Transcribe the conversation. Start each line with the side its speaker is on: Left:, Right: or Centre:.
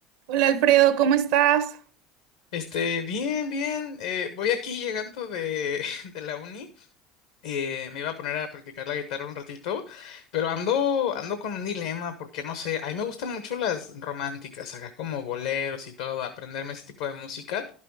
Right: Hola Alfredo, ¿cómo estás?
Left: Este, bien, bien. eh, voy aquí llegando de, <laughs> de la uni eh, me iba a poner a practicar la guitarra un ratito, pero ando, ando con un dilema porque no sé, a mí me gustan mucho las románticas, acá como boleros y todo, aprenderme ese tipo de música,